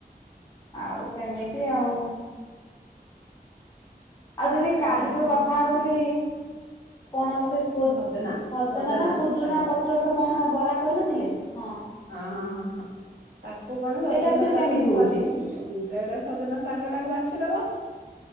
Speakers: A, on the left; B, on the right.
A: ଆଉ ସେମିତି ଆଉ। ଆଉ ଦିଦି କାଲି
B: ହଉ ଭାବି
A: ଯୋଉ କଥା ହଉଥିଲି କଣ ଗୋଟେ ସୁ
B: ସଜନା
A: ସଜନା ନା ସୁଜୁନା
B: ଶାଗ
A: ପତ୍ର ଗୋଟେ କଣ ବରା କହିନଥିଲେ? ହଁ।
B: ହଁଁ ହଁ ହଁ। ତାକୁ କଣ ସଜନା
A: ସେଇଟା ଆକ୍ଚୁଆଲି
B: ଶାଗକୁ
A: କେମିତି ହଉଛି?
B: ବାଛିକି ସେଇଟା ସଜନା ଶାଗଟାକୁ ବାଛିଦବ।